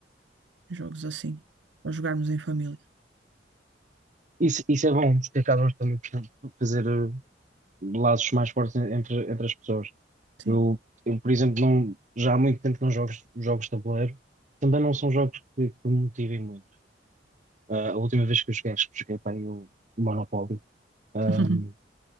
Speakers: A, on the right; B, on the right.
A: jogos assim, para jogarmos em família.
B: Isso, isso é bom, porque acabas também por fazer eh, laços mais fortes entre, entre as pessoas.
A: Sim.
B: Eu, eu, por exemplo, não, já há muito tempo que não jogo jogos de tabuleiro. Também não são jogos que, que me motivem muito. Ah, a última vez que eu joguei, acho que joguei para aí o Monopólio. Ahm,
A: <laughs>